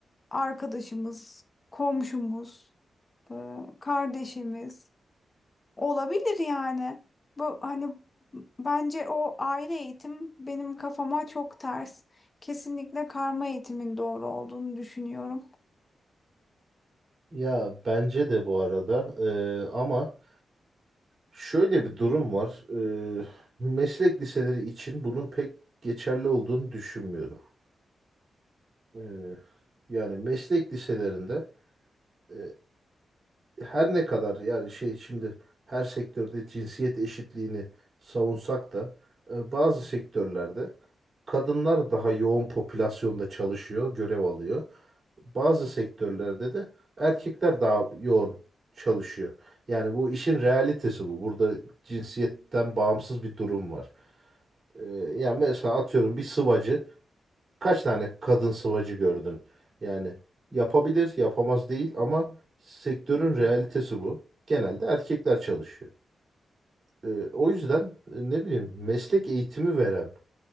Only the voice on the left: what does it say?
arkadaşımız, komşumuz, e, kardeşimiz. Olabilir yani. Bu hani bence o aile eğitim benim kafama çok ters. Kesinlikle karma eğitimin doğru olduğunu düşünüyorum.